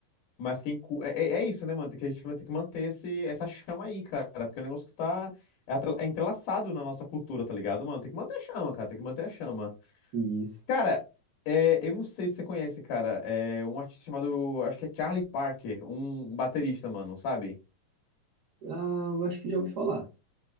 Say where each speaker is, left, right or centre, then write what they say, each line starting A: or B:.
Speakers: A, on the left; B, on the right.
A: Mas quem. cu- É, é é isso, né, mano? Tem que, a gente vai ter que manter esse, essa chama aí, cara. Porque é um negócio que tá. É atra- é entrelaçado na nossa cultura, tá ligado, mano? Tem que manter a chama, cara. Tem que manter a chama.
B: E Isso.
A: Cara, é, eu não sei se você conhece, cara. É um artista chamado. Acho que é Charlie Parker, um baterista, mano, sabe?
B: Ah, eu acho que já ouvi falar.